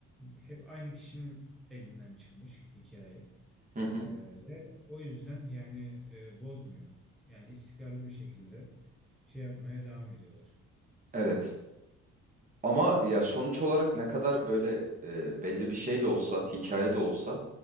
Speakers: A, in the centre; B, on the right.
A: Hep aynı kişinin elinden çıkmış hikaye.
B: Hı hı.
A: Ee, ve o yüzden yani e, bozmuyor. Yani istikrarlı bir şekilde şey yapmaya devam ediyorlar.
B: Evet. Ama ya sonuç olarak ne kadar böyle e, belli bir şey de olsa, hikaye de olsa